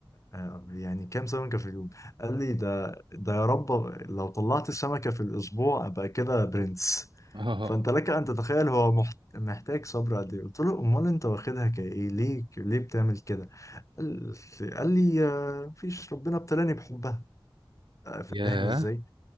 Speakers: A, on the left; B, on the right.
A: آه، يعني كام سمكة في اليوم قال لي ده ده يا رب لو طلعت سمكة في الاسبوع ابقى كده برنس
B: <laughs> آه
A: فانت لك ان تتخيل هو محت... محتاج صبر قد ايه قلت له امال انت واخدها كايه ليه ليه بتعمل كده قال قال لي آه، مفيش ربنا ابتلاني بحبها آه،
B: ياه
A: فاهم ازاي